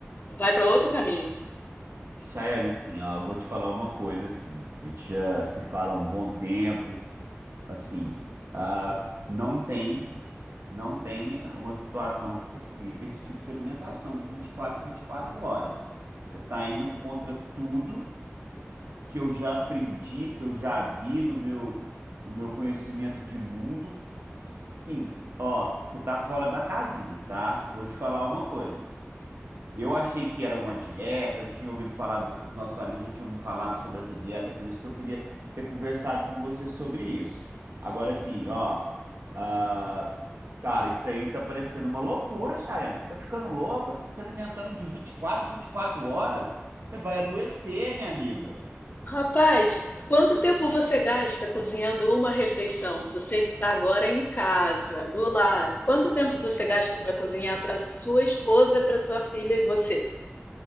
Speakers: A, on the left; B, on the right.
A: vai para outro caminho.
B: Chayane, assim, ó, eu vou te falar uma coisa, assim, a gente já se fala há um bom tempo, assim, ah, não tem, não tem uma situação que explique esse tipo de alimentação de vinte vinte e quatro vinte e quatro horas. Você está indo contra tudo que eu já aprendi, que eu já vi no meu, no meu conhecimento de mundo. Que, sim, ó, você tá fora da casinha, tá? Vou te falar uma coisa. Eu achei que era uma dieta, eu tinha ouvido falar dos os nossos amigos já tinham me falado sobre essa dieta, por isso que eu queria ter conversado com você sobre isso. Agora sim, ó, ah, cara, isso aí tá parecendo uma loucura, Chayana. Você tá ficando louca, você tá se alimentando de vinte vinte e quatro, vinte e quatro horas. Você vai adoecer, minha amiga.
A: Rapaz, quanto tempo você gasta cozinhando uma refeição? Você que está agora em casa, do lar, quanto tempo você gasta para cozinhar para sua esposa, para sua filha e você?